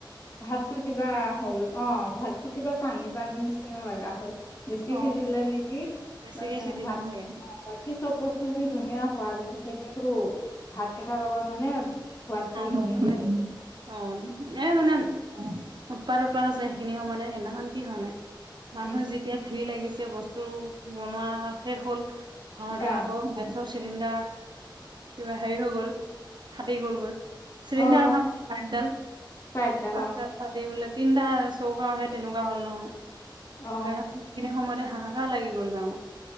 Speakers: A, on the left; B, on the right.
A: ভাতটো কিবা হ'ল অ ভাতটো কিবা পানী পানীৰ নিচিনা লগা হ'ল বেছি
B: অ
A: সিজিলে নেকি
B: বেছিকে
A: মানে
B: সিজিলে
A: ভাত
B: চাগে
A: বাকী চব বস্তু বস্তু খিনি ধুনীয়া সোৱাদ উঠিছে কিন্তু ভাত কেইটাৰ লগত মানে সোৱাদটো নিমিলিলে
B: বৰ অ মানে ইমান উৎপাত হৈছে সেইখিনি সময়তে সেইদিনাখন কি হোৱা নাই মানুহ
A: উম,
B: যেতিয়া ভিৰ লাগিছে বস্তু বনোৱা শেষ হ'ল ভৰাওঁতে
A: অ
B: আকৌ চিলিণ্ডাৰ কিবা হেৰি হৈ গ'ল ফাটি গ'লগৈ চিলিন্দাৰ
A: অ
B: নহয় পাইপদাল
A: পাইপডাল
B: পাইপদাল
A: অ
B: ফাটি গল তিনিটা চৌকা হে তেনেকুৱা হ'ল নহয়
A: অ
B: সেই সেইখিনি সময়তে হাহাকাৰ লাগি গ'ল আমাৰ